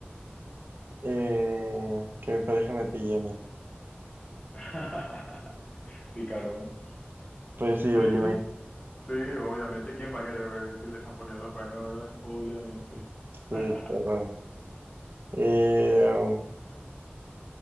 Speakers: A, on the right; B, on the left.
A: eh, que mi pareja me pille a mí.
B: <laughs> Picarón.
A: Pues sí,
B: Pues
A: oye,
B: sí,
A: me...
B: sí, obviamente. ¿Quién va a querer ver que le están poniendo los cuernos, verdad? Obviamente. <laughs>
A: sí, claro. bueno. Eh, um,